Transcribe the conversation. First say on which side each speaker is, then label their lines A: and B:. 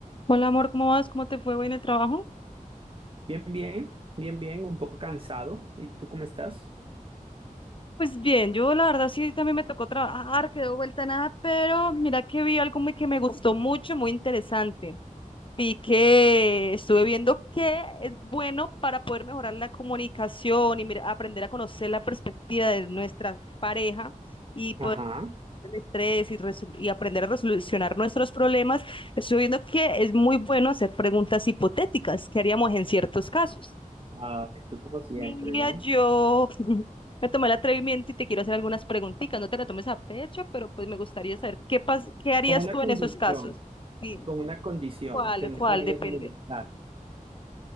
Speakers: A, on the left; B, on the right.
A: Hola amor, ¿cómo vas? ¿Cómo te fue hoy en el trabajo?
B: Bien, bien, bien, bien, un poco cansado. ¿Y tú cómo estás?
A: Pues bien, yo la verdad sí también me tocó trabajar, quedó vuelta a nada, pero mira que vi algo muy- que me gustó mucho, muy interesante. Vi que estuve viendo que es bueno para poder mejorar la comunicación y mira, aprender a conocer la perspectiva de nuestra pareja y poder
B: Ajá.
A: el estrés y, resu- y aprender a resolucionar nuestros problemas. Estuve viendo que es muy bueno hacer preguntas hipotéticas que haríamos en ciertos casos.
B: Ah, tú como siempre,
A: Mira,
B: ¿no?
A: yo <laughs> me tomé el atrevimiento y te quiero hacer algunas preguntitas. No te la tomes a pecho, pero pues me gustaría saber qué pas qué harías
B: Con una
A: tú
B: condición,
A: en esos casos. Sí,
B: con una condición,
A: ¿cuál,
B: que no
A: cuál
B: te vayas
A: depende?
B: a molestar,